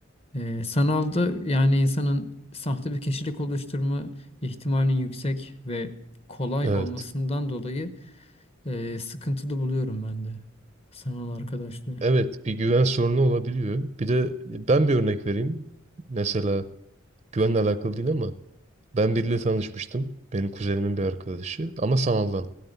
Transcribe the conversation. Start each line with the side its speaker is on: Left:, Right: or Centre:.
Left: E, sanalda yani insanın sahte bir kişilik oluşturma ihtimalinin yüksek ve kolay
Right: Evet.
Left: olmasından dolayı e, sıkıntılı buluyorum ben de sanal arkadaşlığı.
Right: Evet, bir güven sorunu olabiliyor. Bir de ben bir örnek vereyim. Mesela güvenle alakalı değil ama Ben biriyle tanışmıştım. Benim kuzenimin bir arkadaşı ama sanaldan.